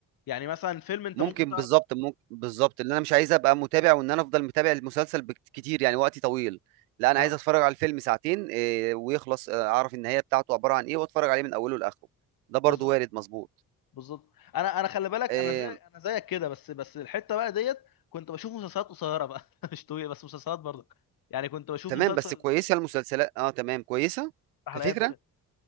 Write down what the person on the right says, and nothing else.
ممكن
بالظبط ممكن بالظبط ان انا مش عايز ابقى متابع وان انا افضل متابع المسلسل بكت- كتير يعني وقتي طويل لا انا
عايز اتفرج على الفيلم ساعتين إيه، ويخلص آه، اعرف النهايه بتاعته عباره عن ايه واتفرج عليه من اوله لاخره ده برضو
وارد مظبوط
إيه،
تمام
بس كويسه المسلسلات اه تمام كويسه
كفكره